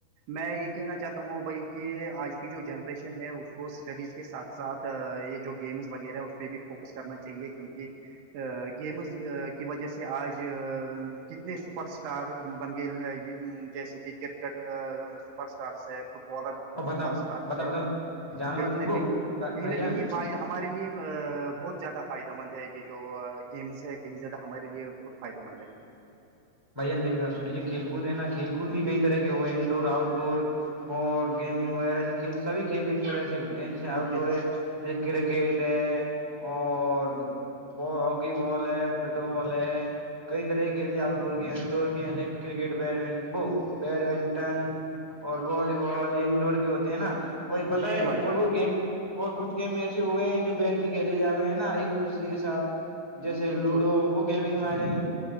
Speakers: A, on the right; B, in the centre.
A: میں یہ کہنا چاہتا ہوں بھائی کہ آج کی جو جنریشن ہے اس کو اسٹڈیز کے ساتھ ساتھ یہ جو گیمز وغیرہ ہے اس پہ بھی فوکس کرنا چاہیے کیونکہ گیمز کی وجہ سے آج کتنے سپر اسٹار بن گئے جیسے کہ کرکٹ اسٹارس ہے فٹ بالر
B: اور بتاؤ
A: سپر اسٹارس
B: بتاؤ
A: ہے
B: بتاؤ جانور
A: کہیں نہ
B: وہ
A: کہیں کہیں
B: بھائی
A: نہ
B: جان
A: کہیں فار ہمارے لیے بہت زیادہ فائدہ مند ہے یہ جو گیمز ہے کہیں زیادہ ہمارے لیے بہت فائدہ مند ہے
B: بھان میری بات سنییے کھیل کوود ہے نا کھیل کوود بھی کئی طرح کے ہوئے انڈور آؤٹ ڈور اور گیمنگ وغیرہ جو کھیل سبھی کھیل ایک طرح سے ہوتے ہیں جیسے آؤٹ ڈور
A: بالکل
B: ہے جیس کرکٹ ہے اور ب ہاکی بال ہے فٹ بال ہے کئی طرح کے کھیل جو آؤٹ ڈور گ دوڑٹ بیڈمٹ ب بیڈمٹن اور والی بال انڈور کے ہوتے ہیں نا وہی پتہ
A: جی
B: ہے
A: بھائی
B: اور
A: جان
B: وہ گیم اور کچھ گیم ایسے ہوئے ہیں جو بیٹھ کے کھیلے جا ہوئے ہیں نا ایک دوسرے کے ساتھ جیسے
A: بالکل
B: لوڈو وہ گیمنگ میں آ جائیں